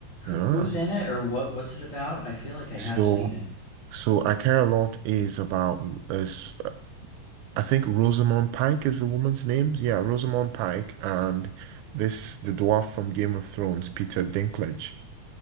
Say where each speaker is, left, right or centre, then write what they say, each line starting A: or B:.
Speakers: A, on the right (about 80°); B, on the left (about 40°).
A: Uh,
B: Who, who's in it, or what? What's it about? I feel like I have
A: so.
B: seen it.
A: So I Care a Lot is about is I think Rosamund Pike is the woman's name. Yeah, Rosamund Pike and this the dwarf from Game of Thrones, Peter Dinklage.